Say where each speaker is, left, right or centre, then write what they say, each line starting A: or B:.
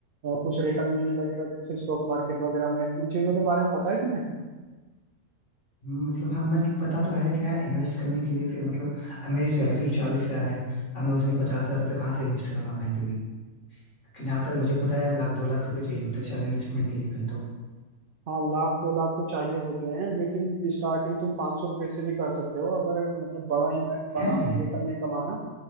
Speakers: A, on the right; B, on the left.
A: और कुछ रिटर्न मिलने लगेगा जैसे स्टॉक मार्केट वगैरह में इन चीजों के बारे में पता है तुम्हें
B: मतलब हाँ मैं पता तो है लेकिन यार इन्वेस्ट करने के लिए फिर मतलब अब मेरी सैलरी चालीस हजार है अब मैं उसमें पचास हजार रुपये कहाँ से इन्वेस्ट करूंगा कहीं पे भी क्योंकि जहां तक मुझे पता है यार लाख दो लाख रुपए चाहिए होते हैं शायद इन्वेस्टमेंट के लिए कहीं तो
A: हाँ लाख दो लाख तो चाहिए होते हैं लेकिन स्टार्टिंग तुम पाँच सौ रुपये से भी कर सकते हो अगर मतलब बड़ा इन्वे- बड़ा
B: है
A: रिटर्न नहीं कमाना